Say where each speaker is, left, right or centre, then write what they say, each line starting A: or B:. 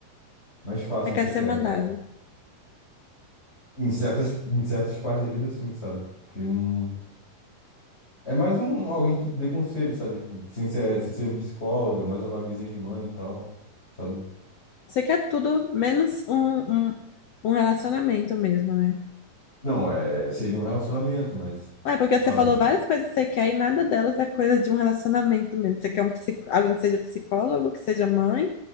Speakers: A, on the left; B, on the left.
A: mais fácil
B: Você
A: onde
B: quer
A: você
B: ser
A: quer,
B: mandado.
A: cara. Em certas, em certas partes da vida, assim, sabe? Que não. É mais um alguém que dê conselho, sabe? Tipo, sem ser, sem ser um psicólogo, é mais uma vibezinha de mãe e tal, sabe?
B: Você quer tudo menos um, um, um relacionamento mesmo, né?
A: Não, é, seria um relacionamento, mas,
B: Ué, porque
A: sabe?
B: você falou várias coisas que você quer e nada delas é coisa de um relacionamento mesmo. Você quer um, psico- alguém que seja psicólogo, que seja mãe,